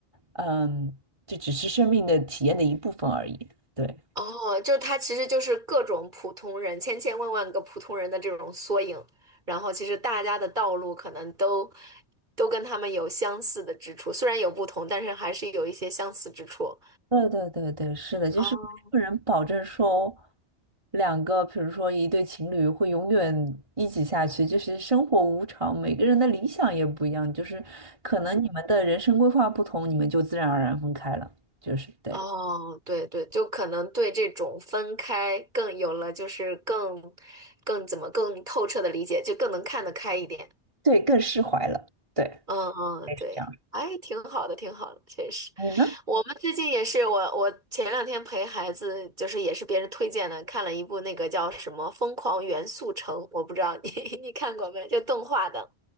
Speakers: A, on the right; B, on the right.
A: 嗯，这只是生命的体验的一部分而已。对，
B: 哦，就是它其实就是各种普通人，千千万万个普通人的这种缩影，然后其实大家的道路可能都都跟他们有相似的之处，虽然有不同，但是还是有一些相似之处。
A: 对对对对，是的，就是没有人保证说
B: 哦。
A: 两个，比如说一对情侣会永远一起下去，就是生活无常，每个人的理想也不一样，就是可能你们的人生规划不同，你们就自然而然分开了，就是对。
B: 哦，对对，就可能对这种分开更有了，就是更更怎么更透彻的理解，就更能看得开一点。
A: 对，更释怀了。对，
B: 嗯嗯，
A: 可以是这样。
B: 对，哎，挺好的，挺好的，确实。
A: 你呢？
B: 我们最近也是，我我前两天陪孩子，就是也是别人推荐的，看了一部那个叫什么《疯狂元素城》，我不知道你 <laughs> 你看过没，就动画的。